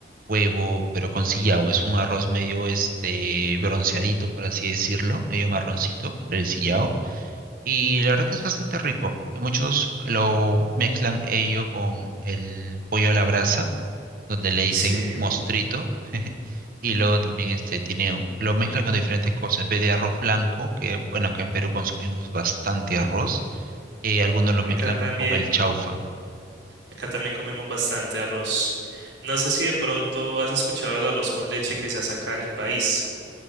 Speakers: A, on the right; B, on the right.
A: huevo, pero con sillao, es un arroz medio este bronceadito, por así decirlo, medio marroncito, el sillao, y la verdad que es bastante rico, muchos lo mezclan ello con el pollo a la brasa donde le dicen
B: Sí,
A: mostrito, y luego también este tiene, un- lo mezcla con diferentes cosas, en vez de arroz blanco, que bueno, acá en Perú consumimos bastante arroz, eh, algunos lo
B: acá
A: mezclan
B: también.
A: con el chaufa.
B: Acá también comemos bastante arroz. No sé si de pronto has escuchado el arroz con leche que se hace acá en el país.